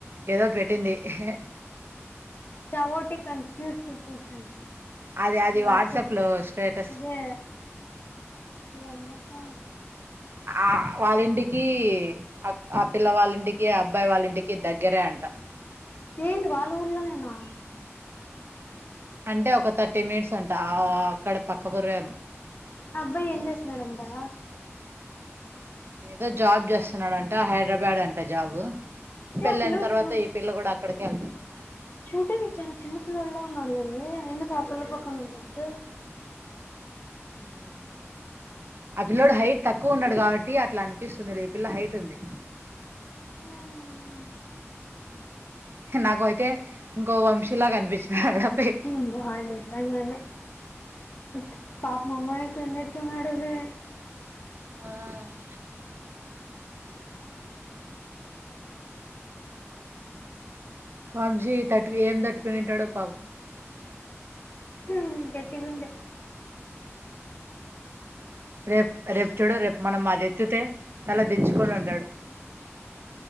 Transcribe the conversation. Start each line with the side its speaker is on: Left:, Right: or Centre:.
Right: ఏదో పెట్టింది హ్.
Left: సావోటిక్ కంట్రూట్ పీపుల్స్ అంట.
Right: అది అది
Left: వాట్సాప్ లో
Right: స్టేటస్
Left: అదే. ఎందాస్సల్.
Right: ఆహ్ వాళ్ళింటికి ఆక్ ఆ పిల్ల వాళ్ళింటికి అబ్బాయి వాళ్ళింటికి దగ్గేరే అంట.
Left: ఏంది వాళ్ళుర్లోనేనా.
Right: అంటే ఒక థర్టీ మిట్స్ అంట ఆ అక్కడే పక్క వురేమ్.
Left: అబ్బాయి ఏం జేస్తున్నడంటా.
Right: యేదో జాబ్ జేస్తున్నాడంట హైడ్రాబాద్ అంట జాబ్.
Left: ఏ
Right: పెళ్ళైన
Left: ఆ పిల్లోడు
Right: తర్వాత
Left: చూడు
Right: ఈ పిల్ల గుడా అక్కడికే ఎల్తాద్.
Left: చూడ్డానికి చానా చిన్న పిల్లలలా ఉన్నడుగాదేవే ఎందుకు ఆ పిల్ల పక్కంనే గుర్తె.
Right: ఉమ్మ్. ఆపిల్లోడు హైట్ తక్కువున్నాడు గావట్టి అట్లా అన్పిస్తుంది రే ఈ పిల్ల హైట్ ఉంది.
Left: ఉమ్మ్.
Right: నాగోయితే ఇంకో వంశీలగా అనిపిస్తున్నాడు. ఆహా ఆహా
Left: మ్మ్ గాడ్ <unintelligible> పాపం అమాయకుడు ఉన్నట్టున్నాడు వే.
Right: ఆహ్. వంశీ తట్టు ఏం దట్టుకునింటాడో పాపం.
Left: మ్మ్ గట్టిగుండే.
Right: రేప్ రేప్ చుడు రేప్ మనం అది ఎత్తితే తల దిచ్చుకొని ఉంటాడు.